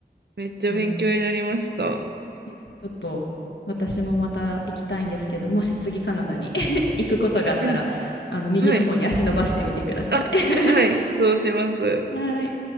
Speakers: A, on the right; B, on the left.
A: めっちゃ勉強になりました。
B: そうめっちゃちょっと私もまた行きたいんですけど、もし次カナダに <laughs> 行くことがあったら、
A: うん。
B: あの右の方に足伸ばしてみてください。
A: はい。あ、はい。そうします。
B: <laughs> はい。